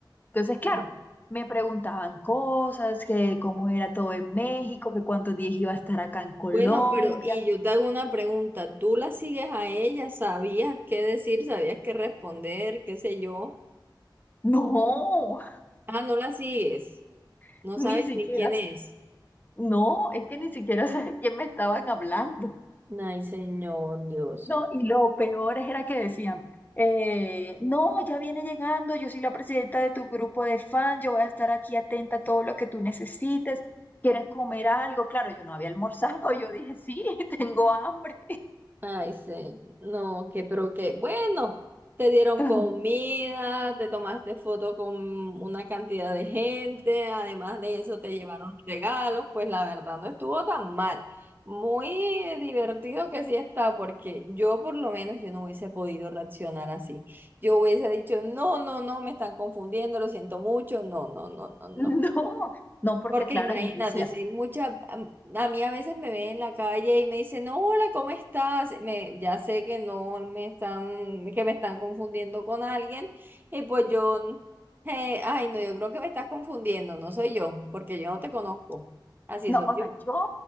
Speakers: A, on the left (about 25°); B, on the right (about 25°).
A: Entonces, claro,
B: Sí.
A: me preguntaban cosas, que cómo era todo en México, que cuántos días iba a estar acá en Colombia.
B: Bueno, pero y yo te hago una pregunta. ¿Tú la sigues a ella? ¿Sabías qué decir? ¿Sabías qué responder? ¿Qué sé yo?
A: No,
B: Ah, no la sigues.
A: <laughs>
B: No
A: ni
B: sabes
A: siquiera
B: ni quién es.
A: No, es que ni siquiera <laughs> sé de quién me estaban hablando.
B: Ay, Señor Dios.
A: No, y lo peor es- era que decían, eh, no, ya viene llegando, yo soy la presidenta de tu grupo de fans. yo voy a estar aquí atenta a todo lo que tú necesites. ¿Quieres comer algo? Claro, yo no había almorzado, yo dije, sí, <laughs> tengo hambre.
B: Ay, Señor. No, que, pero que, bueno, te dieron
A: <laughs>
B: comida, te tomaste foto con una cantidad de gente, además de eso te llevaron regalos, pues la verdad no estuvo tan mal. Muy divertido que sí está, porque yo por lo menos yo no hubiese podido reaccionar así. Yo hubiese dicho, no, no, no, me están confundiendo, lo siento mucho, no, no, no, no, no.
A: No, no, porque
B: Porque
A: claro,
B: imagínate,
A: yo decía,
B: si mucha, am- a mí a veces me ven en la calle y me dicen, "No, hola, ¿cómo estás? Me, ya sé que no me están, que me están confundiendo con alguien, y pues yo, eh, ay, no, yo creo que me estás confundiendo, no soy yo, porque yo no te conozco. Así
A: no,
B: soy
A: o
B: yo.
A: sea, yo